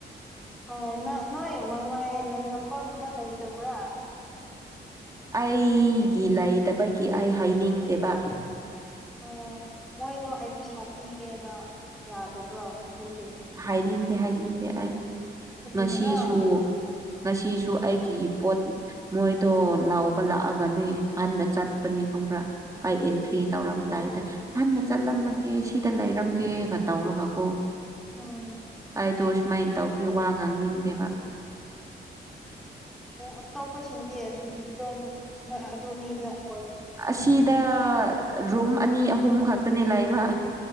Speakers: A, in the centre; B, on the right.
A: ꯍꯣꯏ ꯅꯣꯏ ꯋꯥꯏ ꯋꯥꯏ ꯂꯩꯔꯝꯕꯒꯨꯝꯕ ꯂꯩꯇꯕ꯭ꯔꯥ
B: ꯑꯩꯒꯤ ꯂꯩꯇꯕꯒꯤ ꯑꯩ ꯍꯩꯅꯤꯡꯗꯦꯕ
A: ꯑꯣ ꯃꯣꯏꯗꯣ ꯑꯩ ꯄꯩꯁꯥ ꯄꯤꯒꯦꯅ ꯌꯥꯗꯕ꯭ꯔꯣ ꯑꯗꯨꯗꯤ
B: ꯍꯥꯏꯅꯤꯡꯗꯦ ꯍꯥꯏꯅꯤꯡꯗꯦ ꯑꯩ
A: ꯀꯔꯤꯒꯤꯔꯥ
B: ꯉꯁꯤꯁꯨ ꯉꯁꯤꯁꯨ ꯑꯩꯒꯤ ꯏꯄꯣꯠ ꯃꯣꯏꯗꯣ ꯂꯥꯎꯕ ꯂꯥꯛꯑꯒꯅꯦ ꯍꯟꯅ ꯆꯠꯄꯅꯦ ꯈꯪꯕ꯭ꯔꯥ ꯑꯩ ꯏꯟꯇ꯭ꯔꯤ ꯇꯧꯔꯝꯗꯥꯏꯗ ꯍꯟꯅ ꯆꯠꯂꯝꯃꯒꯦ ꯁꯤꯗ ꯂꯩꯔꯝꯒꯦꯒ ꯇꯧꯔꯒ ꯀꯣ
A: ꯎꯝ
B: ꯑꯩꯗꯣ ꯁꯨꯃꯥꯏ ꯇꯧꯕꯒꯤ ꯋꯥ ꯉꯥꯡꯅꯤꯡꯗꯦꯕ
A: ꯑꯇꯣꯞꯄꯁꯤꯡꯗꯤ ꯑꯗꯨꯝ ꯂꯣꯏ ꯑꯗꯨ ꯑꯅꯤꯗ ꯑꯣꯏ
B: ꯑꯁꯤꯗ ꯔꯨꯝ ꯑꯅꯤ ꯑꯍꯨꯝ ꯈꯛꯇꯅꯦ ꯂꯩꯕ